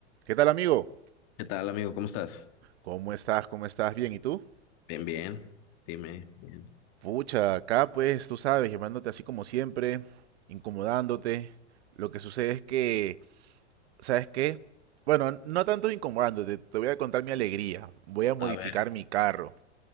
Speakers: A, on the right (about 65°); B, on the left (about 45°).
A: ¿Qué tal, amigo?
B: ¿Qué tal, amigo? ¿Cómo estás?
A: ¿Cómo estás? ¿Cómo estás? Bien, ¿y tú?
B: Bien, bien. Dime, bien.
A: Pucha, acá pues tú sabes, llamándote así como siempre, incomodándote. Lo que sucede es que, ¿sabes qué? Bueno, no tanto incomodándote, te voy a contar mi alegría. Voy a modificar
B: A ver.
A: mi carro.